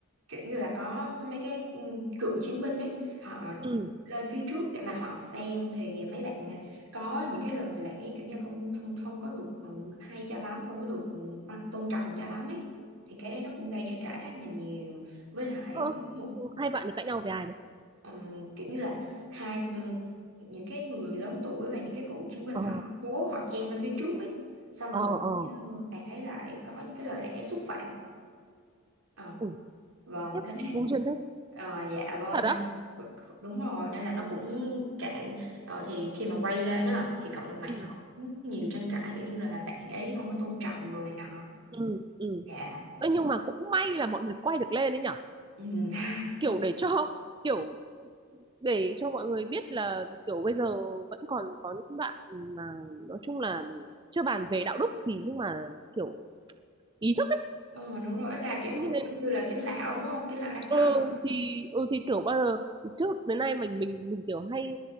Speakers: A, on the right; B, on the right.
A: kiểu như là có mấy cái ừ, cựu chiến binh ấy họ
B: ừ
A: lên phía trước để mà họ xem thì mấy bạn à, có những cái lời lẽ kiểu như không không không có được ừ, hay cho lắm không có được ừ, tôn trọng cho lắm ấy thì cái đấy nó cũng gây tranh cãi khá là nhiều với lại
B: ơ
A: có một
B: hai bạn thì cãi nhau về ai đấy
A: ừm, kiểu như là hai ừm, những cái người lớn tuổi và những cái cựu chiến binh
B: ờ
A: họ cố họ chen lên phía trước ấy xong
B: ờ
A: rồi
B: ờ
A: như bạn thấy lại có những cái lời lẽ xúc phạm Ờ,
B: ui
A: vâng
B: khiếp
A: thế
B: vô duyên thế
A: ờ, dạ vâng
B: thật
A: nên
B: á
A: đúng rồi nên là nó cũng kệ ờ, thì khi mà quay lên á thì cộng đồng mạng
B: ừ
A: họ cũng nhiều tranh cãi kiểu như là bạn ấy không có tôn trọng đồ này nọ
B: ừ ừ
A: dạ
B: Ê, nhưng mà cũng may là mọi người quay được lên đấy nhở
A: ừ. <laughs>
B: kiểu để cho kiểu để cho mọi người biết là kiểu bây giờ vẫn còn có những bạn mà nói chung là chưa bàn về đạo đức thì nhưng mà kiểu ý thức ấy
A: Ờ, đúng rồi ít ra kiểu
B: như
A: cũng
B: thế
A: giống như là kính lão đúng không kính lão đắc thọ
B: ừ thì ừ thì kiểu bao giờ trước đến nay mình mình mình kiểu hay